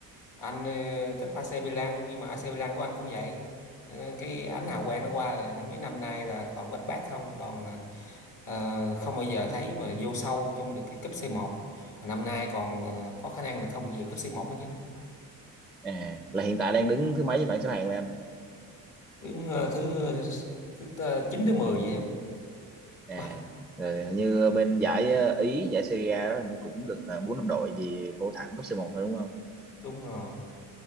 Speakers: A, on the left; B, in the centre.
A: anh ờ, thích AC Milan nhưng mà AC Milan của anh cũng vậy Ờ, cái ánh hào quang nó qua rồi nên mấy năm nay là toàn bết bát không toàn ờ, không bao giờ thấy mà vô sâu trong được cái cúp C1 mà năm nay còn ờ, có khả năng là không được dự cúp C1 nữa chứ
B: à, là hiện tại đang đứng thứ mấy trên bảng xếp hạng vậy anh
A: đứng ờ, thứ thứ ờ, chín thứ mười vậy em
B: à
A: Bầy,
B: rồi hình như bên giải ờ, Ý giải Serie A đó hình như cũng được ờ, bốn năm đội gì vô thẳng cấp c một thôi đúng không
A: đúng rồi